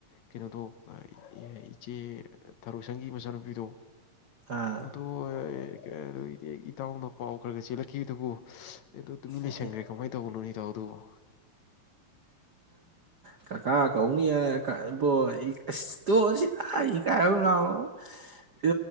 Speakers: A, on the left; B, on the right.
A: ꯀꯩꯅꯣꯗꯣ ꯑꯥ ꯏꯆꯦ ꯊꯔꯣꯁꯪꯒꯤ ꯃꯆꯥꯅꯨꯞ ꯗꯑꯣ
B: ꯑꯥ
A: ꯑꯗꯣ ꯀ ꯏ ꯇꯎꯅ ꯄꯥꯎ ꯈꯔ ꯈ ꯆꯦꯜꯂꯛꯈꯤꯕ ꯑꯗꯨꯕꯨ ꯑꯗꯣ ꯇꯨꯃꯤ ꯂꯩ
B: ꯑꯦ
A: ꯁꯪꯈ꯭ꯔꯦ ꯀꯃꯥꯏꯅ ꯇꯧꯕꯅꯣ ꯅꯇꯣ ꯑꯗꯨꯕꯨꯣ
B: ꯀꯀꯥ ꯀꯧꯅꯤꯌꯦ ꯏꯕꯣꯇꯣꯁꯤꯗ <unintelligible>